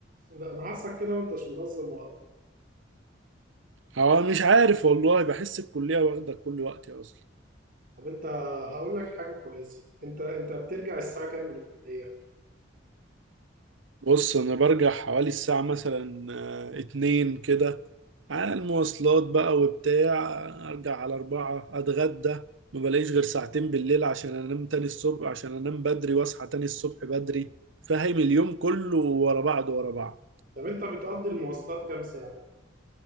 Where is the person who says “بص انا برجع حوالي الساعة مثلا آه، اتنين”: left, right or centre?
Right